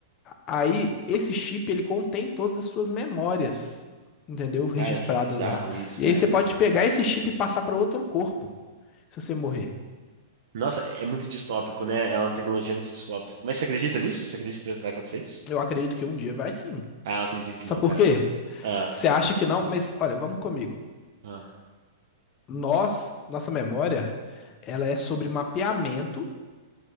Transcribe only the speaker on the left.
Aí, esse chip, ele contém todas as suas memórias, entendeu? Registradas
lá.
E
aí você
pode
pegar
esse chip e passar para outro corpo, se você morrer.
Eu acredito que um dia vai sim.
Sabe
por
quê?
Você acha que não, mas olha, vamos comigo.
Nós, nossa memória, ela é sobre mapeamento